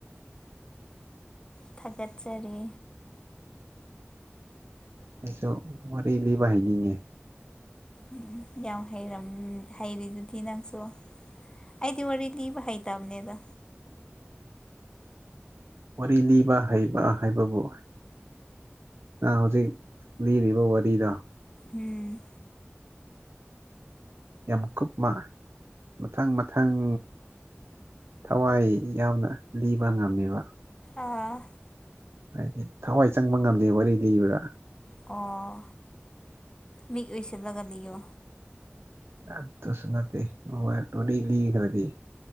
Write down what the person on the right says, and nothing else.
ꯑꯩꯁꯨ ꯋꯥꯔꯤ ꯂꯤꯕ ꯍꯩꯅꯤꯡꯉꯦ
ꯋꯥꯔꯤ ꯂꯤꯕ ꯍꯩꯕ ꯍꯥꯏꯕꯕꯨ ꯍꯧꯖꯤꯛ ꯂꯤ ꯋꯥꯔꯤꯗ
ꯌꯥꯝ ꯀꯨꯞꯃ ꯃꯊꯪ ꯃꯊꯪ ꯊꯋꯥꯏ ꯌꯥꯎꯅ ꯂꯤꯕ ꯉꯝꯃꯦꯕ
ꯍꯥꯏꯗꯤ ꯊꯋꯥꯏ ꯆꯪꯕ ꯉꯝꯗꯦ ꯋꯥꯔꯤ ꯂꯤꯕꯗꯥ
ꯑꯗꯨꯁꯨ ꯅꯠꯇꯦ ꯋꯥꯔꯤ ꯂꯤꯈ꯭ꯔꯗꯤ